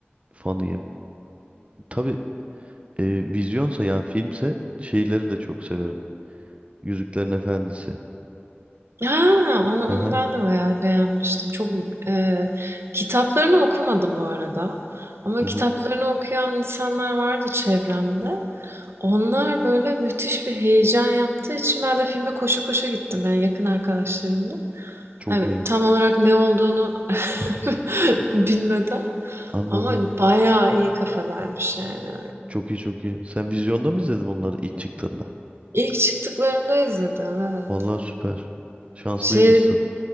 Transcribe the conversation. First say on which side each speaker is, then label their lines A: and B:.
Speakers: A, on the right; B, on the right.
A: fanıyım. Tabii E, vizyonsa yani filmse şeyleri de çok severim. Yüzüklerin Efendisi.
B: Ha, onu
A: Hı
B: onu
A: hı,
B: ben de bayağı beğenmiştim. Çok eee, kitaplarını okumadım bu arada. Ama
A: hı
B: kitaplarını
A: hı.
B: okuyan insanlar vardı çevremde. Onlar böyle müthiş bir heyecan yaptığı için ben de filme koşu koşu gittim yani yakın arkadaşlarımla.
A: Çok
B: Yani
A: iyi.
B: tam olarak ne olduğunu <laughs> bilmeden
A: Anladım.
B: ama bayağı iyi kafadaymış yani.
A: Çok iyi çok iyi. Sen vizyonda mı izledin onları ilk çıktığında?
B: İlk çıktıklarında izledim evet.
A: Vallahi süper. Şanslıymışsın.
B: Şey